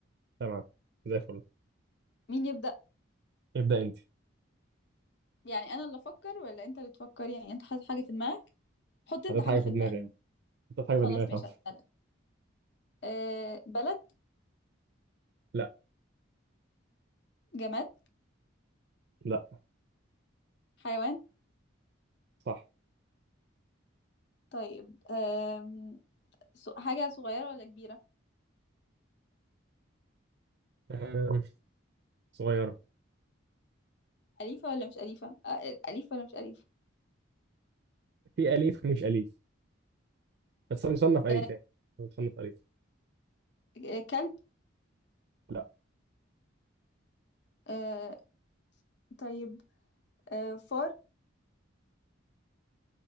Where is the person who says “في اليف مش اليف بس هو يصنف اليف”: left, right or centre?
Right